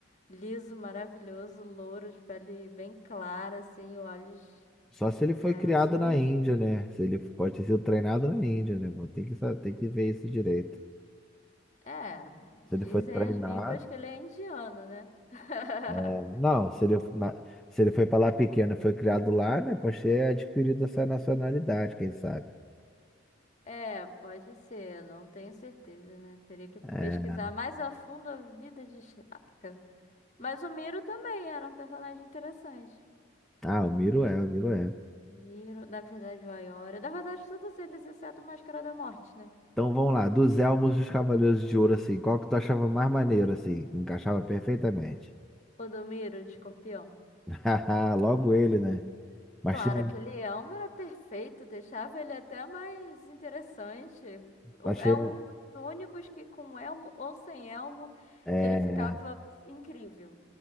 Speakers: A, on the left; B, in the centre.
A: liso, maravilhoso, louro, de pele bem clara, assim, olhos
B: Só se
A: é,
B: ele foi criado
A: azuis.
B: na Índia, né? Se ele pode ter sido treinado na Índia, né? Pô, Tem que, sa- tem que ver isso direito.
A: É, dizem
B: Se ele foi treinado.
A: as línguas que ele é indiano, né? <laughs>
B: É, Não, se ele, na- se ele foi para lá pequeno, e foi criado lá, né? Pode ter adquirido essa nacionalidade, quem sabe.
A: É, pode ser, não tenho certeza, né? Teria que pesquisar
B: É.
A: mais a fundo a vida de Chaka. Mas o Miro também era um personagem interessante.
B: Ah, o Miro é, o Miro é.
A: Miro, na verdade, o Aiora. Na verdade, todos eles, exceto o Máscara da Morte, né?
B: Então vamos lá, dos Elmos dos Cavaleiros de Ouro, assim, qual que tu achava mais maneiro, assim? que Encaixava perfeitamente.
A: O do Miro, de escorpião.
B: <laughs> Haha, Logo ele, né? Mas
A: Claro,
B: tinha,
A: aquele elmo era perfeito, deixava ele até mais interessante. O-
B: mas tinha-
A: É um dos únicos que, com elmo ou sem elmo,
B: é,
A: ele ficava incrível.